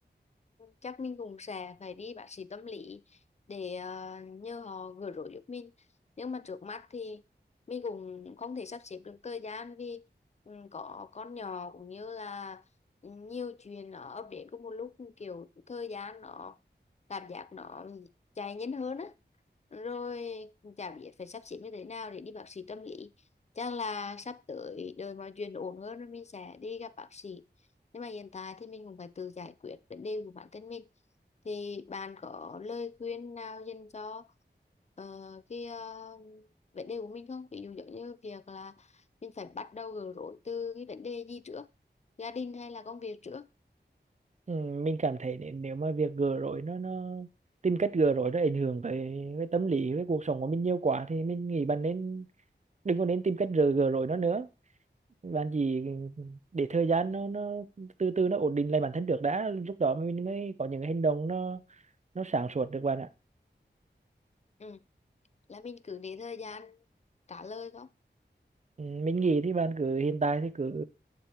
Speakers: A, on the left; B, on the right.
A: chắc mình cũng sẽ phải đi bác sĩ tâm lý để ờ, nhờ họ gỡ rối giúp mình nhưng mà trước mắt thì mình cũng không thể sắp xếp được thời gian vì ừ, có con nhỏ cũng như là nhiều chuyện nó ập đến cùng một lúc kiểu thời gian nó cảm giác nó chạy nhanh hơn á rồi chả biết phải sắp xếp như thế nào để đi bác sĩ tâm lý chắc là sắp tới đợi mọi chuyện ổn hơn rồi mình sẽ đi gặp bác sĩ nhưng mà hiện tại thì mình cũng phải tự giải quyết vấn đề của bản thân mình thì bạn có lời khuyên nào dành cho ờ, cái ờ, vấn đề của mình không ví dụ giống như việc là mình phải bắt đầu gỡ rối từ cái vấn đề gì trước gia đình hay là công việc trước
B: Ừ, mình cảm thấy nếu nếu mà việc gỡ rối nó nó tìm cách gỡ rối nó ảnh hưởng tới với tâm lý với cuộc sống của mình nhiều quá thì mình nghĩ bạn nên đừng có nên tìm cách gỡ gỡ rối nó nữa bạn chỉ để thời gian nó nó từ từ nó ổn định lại bản thân trước đã lúc đó mình mới có những hành động nó nó sáng suốt được bạn ạ
A: ừ. là mình cứ để thời gian trả lời thôi
B: Ừ, mình nghĩ thì bạn cứ hiện tại thì cứ